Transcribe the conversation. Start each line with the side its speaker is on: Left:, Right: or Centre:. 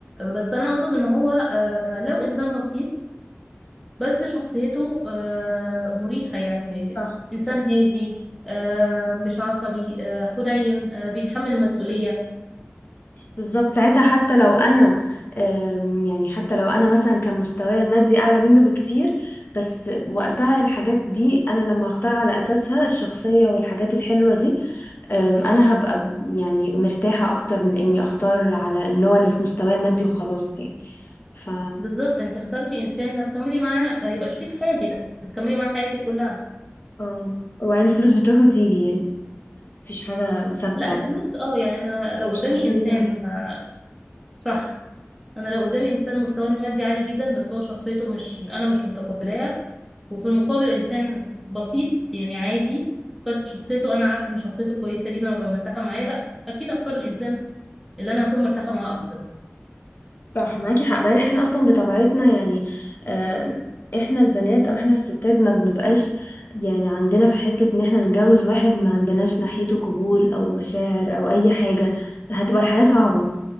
Centre: بس انا اقصد ان هو أه لو انسان بسيط بس شخصيته آه، مريحة يعني
Left: صح
Centre: إنسان
Left: صح
Centre: هادي آه، مش عصبي آه، حنين آه، بيتحمل المسؤولية
Left: بالظبط ساعتها حتى لو انا آم، يعني حتى لو انا مثلا كان مستواي المادي اعلى منه بكتير بس وقتها الحاجات دي انا لما هختار على اساسها الشخصية والحاجات الحلوة دي آم، انا هبقى ب- يعني مرتاحة اكتر من اني اختار على اللي هو اللي في مستواي المادي وخلاص يعني ف
Centre: بالظبط انت اخترتي إنسان هتكملي معاه هيبقى شريك حياتك هتكملي معاه حياتك كلها
Left: اه وبعدين الفلوس بتروح وتيجي يعني مفيش حاجة ثابتة
Centre: لا الفلوس اه يعني أنا لو
Left: الشخصية
Centre: قدامي إنسان آه، صح أنا لو قدامي إنسان مستواه المادي عالي جدا بس هو شخصيته مش أنا مش متقبلاها وفي المقابل إنسان بسيط يعني عادي بس شخصيته أنا عارفة إن شخصيته كويسة جدا وأبقى مرتاحة معاه لا أكيد أختار الإنسان اللي أنا هكون مرتاحة معاه أكتر
Left: صح معاكي حق بعدين احنا اصلا بطبيعتنا يعني آه احنا البنات او احنا الستات ما بنبقاش يعني عندنا في حتة ان احنا نتجوز واحد ما عندناش ناحيته قبول او مشاعر او اي حاجة هتبقى الحياة صعبة